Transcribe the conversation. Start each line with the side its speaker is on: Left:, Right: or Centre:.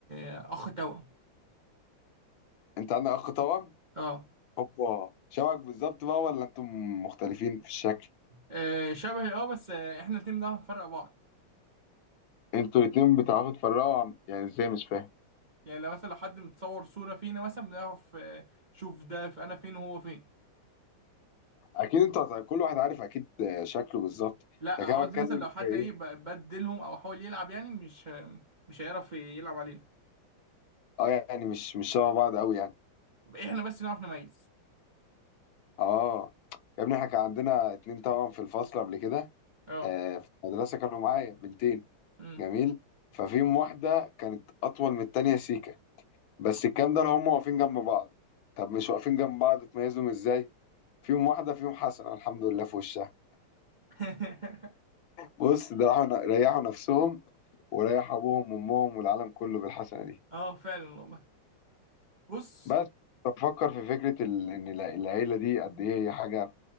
Right: آه، اخ توأم
Left: انت عندك اخ توأم
Right: اه
Left: هوبا شبك بالظبط بقى ولا انتم مختلفين في الشكل
Right: آه، شبهي اه بس آه، احنا الاتنين بنعرف نفرق بعض
Left: انتوا الاتنين بتعرفوا تفرقوا عم- يعني ازاي مش فاهم
Right: يعني لو مثلا لو حد متصور صوره فينا مثلا بنعرف آه، شوف ده في انا فين وهو فين
Left: اكيد انت هت- كل واحد عارف اكيد آه، شكله بالظبط
Right: لا
Left: لكن
Right: آه،
Left: انا
Right: قصدي
Left: بتكلم
Right: مثلا لو حد
Left: في ايه
Right: ايه ب- بدلهم او حاول يلعب يعني مش مش هيعرف يلعب علينا
Left: اه يعني مش مش شبه بعض قوي يعني
Right: احنا بس نعرف نميز
Left: اه يا ابني احنا كان عندنا اتنين توأم في الفصل قبل كده
Right: اه
Left: آه في المدرسة كانوا معايا بنتين
Right: امم
Left: جميل ففيهم واحدة كانت أطول من التانية سيكا بس الكلام ده لو هم واقفين جنب بعض طب مش واقفين جنب بعض تميزهم ازاي فيهم واحده فيهم حسن الحمد لله في وشها
Right: <laughs>
Left: بص ده راحوا ريحوا نفسهم وريحوا ابوهم وامهم والعالم كله بالحسنه دي
Right: اه فعلا والله بص
Left: بس بفكر في فكره ال... ان الع- العيله دي قد ايه هي حاجه